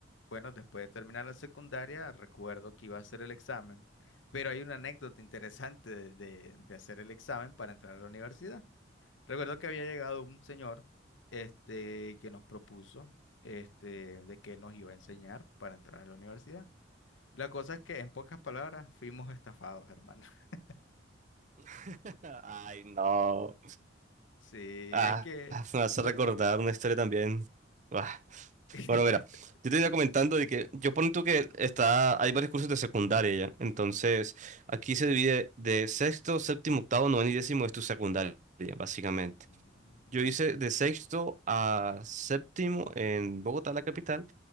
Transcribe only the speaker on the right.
<laughs> Ay, no.
Ah,
me hace
recordar una historia también. Ah,
Bueno, mira, yo te venía comentando de que yo pongo tú que está, hay varios cursos de secundaria ya. Entonces, aquí se divide de sexto, séptimo, octavo, noveno y décimo es tu secundaria, básicamente.
Yo hice
de sexto a séptimo en Bogotá, la capital,